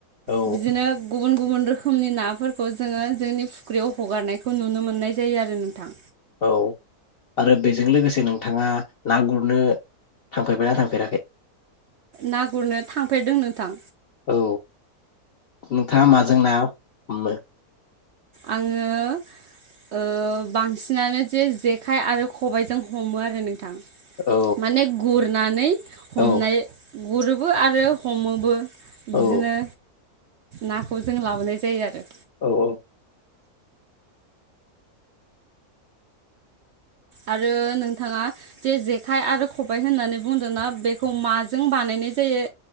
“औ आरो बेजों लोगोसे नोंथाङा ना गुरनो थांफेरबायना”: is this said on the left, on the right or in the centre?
Left